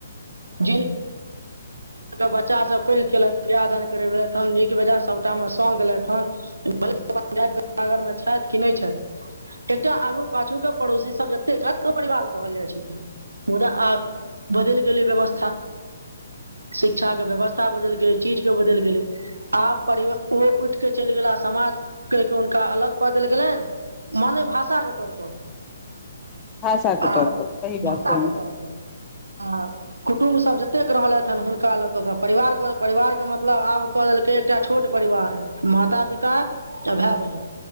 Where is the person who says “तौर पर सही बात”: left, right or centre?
Left